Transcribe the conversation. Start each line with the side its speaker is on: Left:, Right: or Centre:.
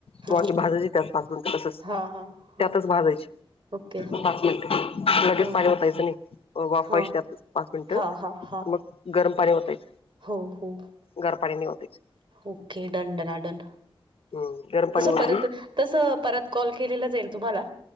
Right: हा
Left: वाांगे भाजायचे त्यात पाच मिनिट तसच
Right: हा हा हा
Left: त्यातच भाजायचे
Right: ओके हा
Left: पाच मिनिट लगेच
Right: हा
Left: पाणी ओतायचनाहीवाफवायची
Right: हा
Left: त्यात पाचमिनिटमग
Right: हा हा हा
Left: गरम पाणी ओतायच
Right: हो हो
Left: गार पाणी नाही वापरायचं
Right: ओके डनडनडन
Left: हम्म गरम पाणी
Right: तस
Left: ओतली
Right: परत तस परत कॉल केला जाईल तुम्हाला